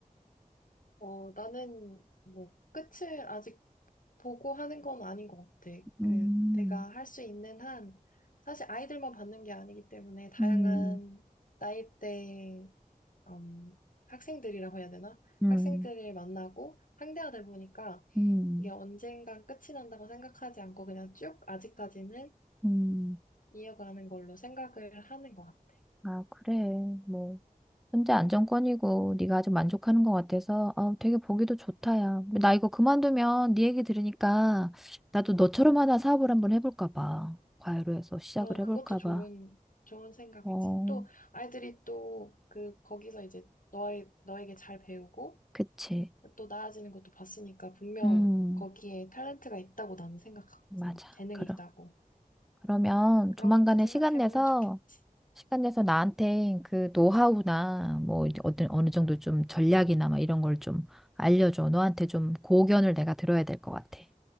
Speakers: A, on the left (about 65°); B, in the centre.
A: 어, 나는 뭐 끝을 아직 보고 하는 건 아닌 것 같아.
B: 음,
A: 그 내가 할 수 있는 한 사실 아이들만 받는 게 아니기 때문에 다양한
B: 음,
A: 나이대의 음, 학생들이라고 해야 되나?
B: 음,
A: 학생들을 만나고 상대하다 보니까
B: 음.
A: 이게 언젠간 끝이 난다고 생각하지 않고 그냥 쭉 아직까지는
B: 음.
A: 이어가는 걸로 생각을 하는 것 같아.
B: 아, 그래. 뭐. 현재 안정권이고 네가 아주 만족하는 것 같아서 어, 되게 보기도 좋다 야. 나 이거 그만두면 네 얘기 들으니까 나도 너처럼 하나 사업을 한번 해볼까 봐. 과외로 해서 시작을
A: 어, 그것도
B: 해볼까
A: 좋은,
B: 봐.
A: 좋은 생각이지.
B: 어,
A: 또, 아이들이 또, 그, 거기서 이제 너의, 너에게 잘 배우고,
B: 그치.
A: 또 나아지는 것도 봤으니까, 분명
B: 음,
A: 거기에 탤런트가 있다고 나는 생각하거든.
B: 맞아.
A: 재능이
B: 그럼.
A: 있다고.
B: 그러면
A: 그런
B: 조만간에
A: 것도 생각해보면
B: 시간 내서
A: 좋겠지.
B: 시간 내서 나한테 그 노하우나 뭐 이제 어떤 어느 정도 좀 전략이나 막 이런 걸 좀 알려줘. 너한테 좀 고견을 내가 들어야 될 것 같아.